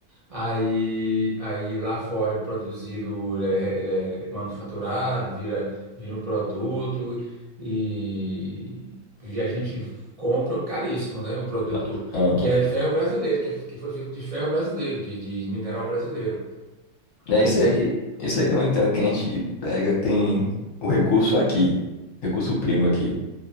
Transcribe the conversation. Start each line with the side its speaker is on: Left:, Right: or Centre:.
Right: aí, aí lá fora é produzido, ele é, ele é manufaturado, vira, vira um produto e, e a gente compra caríssimo, né? Um produto
Left: Exato. Aham.
Right: que é ferro brasileiro, que, é- que foi feito de ferro brasileiro, de, de, de mineral brasileiro.
Left: É
Right: Aí
Left: isso
Right: isso
Left: aí,
Right: aí,
Left: que- isso
Right: né?
Left: aí que eu não entendo, que a gente pega, tem o recurso aqui, recurso primo aqui,